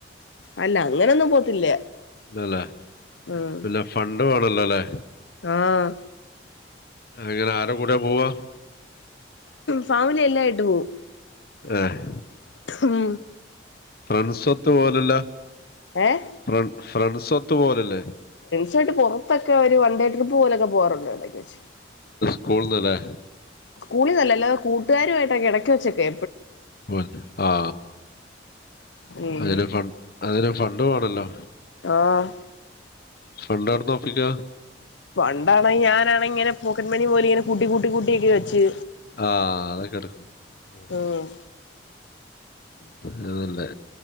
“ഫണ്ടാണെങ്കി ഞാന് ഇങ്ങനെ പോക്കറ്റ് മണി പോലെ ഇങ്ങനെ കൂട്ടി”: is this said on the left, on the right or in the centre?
Left